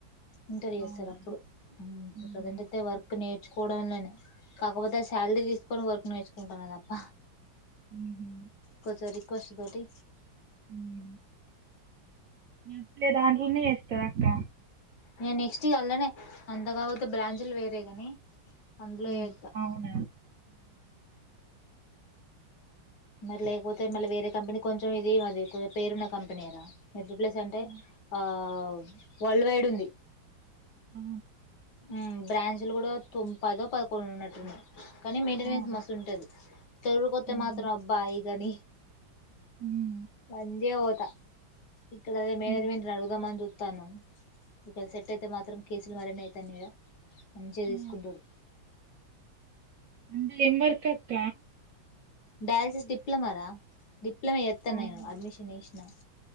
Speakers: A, on the left; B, on the right.
A: ఇంటర్ చేస్తారు
B: అవునా
A: అప్పుడు ఉమ్
B: మ్మ్.
A: ప్రజెంట్ అయితే వర్క్ నే కోడవన్ననే కాకపోతె శాలరీ తీసుకొని వరకు తెసుుకుంటానె తప్పా
B: మ్మ్.
A: కొచరి కోశ దోటి
B: ఉమ్ నచ్చితే దాంట్లనే చేస్తదక్క
A: నేను నెక్స్ట్ అళ్ళనే అంత కాకపోతే బ్రాంచుల్ వేరే కాని అందులో
B: హుమ్
A: చేస్తా
B: అవున
A: మరి లేకపోతె మళ్ళె వేరే కంపెనీ కొంచెం ఇది అది పేరున్న కంపెనేరా ఎగ్ ప్లేస్ అంటే
B: ఆ,
A: ఆ వరల్డ్ వైడ్ ఉంది
B: ఆ
A: ఊమ్ బ్రాంచ్లు గుడా తొమ్ పదో పదకొండో ఉన్నట్టున్నయి కానీ మెయింటెనెన్స్
B: ఆ.
A: మస్తు ఉంటది తొర్రూర్ కొత్తే
B: మ్మ్.
A: మాత్రం అబ్బా ఇగని
B: మ్మ్.
A: మజ్యవర్ త ఇక్కడ అదే మేనేజ్మెంట్
B: మ్మ్.
A: ని అడుగుదామని జుత్ తను ఒకవేళ సెట్ అయితే మాత్రం కేసులు మరినై తనిడ మంచే
B: ఆ.
A: తీసుకుంటుండు <inaudible>
B: అంటే ఏం వర్కక్క
A: డయాలసిస్ డిప్లమ రా డిప్లొమా చేత్తనే
B: అవునా
A: గా అడ్మిషన్ నీష్ నా